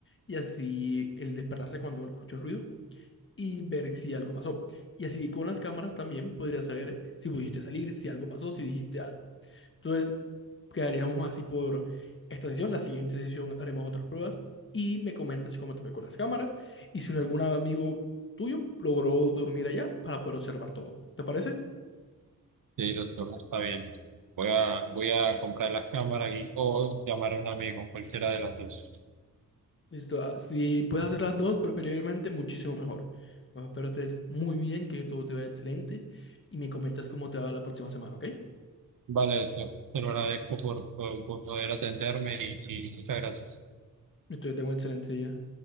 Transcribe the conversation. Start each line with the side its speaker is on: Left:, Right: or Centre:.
Left: y así el despertarse cuando escucha el ruido y ver si algo pasó. Y así con las cámaras también podrías saber si pudiste salir, si algo pasó, si dijiste algo. Entonces, quedaríamos así por esta sesión. La siguiente sesión haremos otras pruebas y me comentas cómo te fue con las cámaras y si algún amigo tuyo logró dormir allá para poder observar todo. ¿Te parece?
Right: Sí, doctor, está bien. Voy a, voy a comprar las cámaras y o llamar a un amigo, cualquiera de las dos.
Left: Listo. ah, Si puedes hacer las dos, preferiblemente muchísimo mejor. Ah, Espero estés muy bien, que todo te vaya excelente y me comentas cómo te va la próxima semana, ¿ok?
Right: Vale, yo te lo agradezco por, por, por poder atenderme y, y muchas gracias.
Left: Listo, yo tengo un excelente día.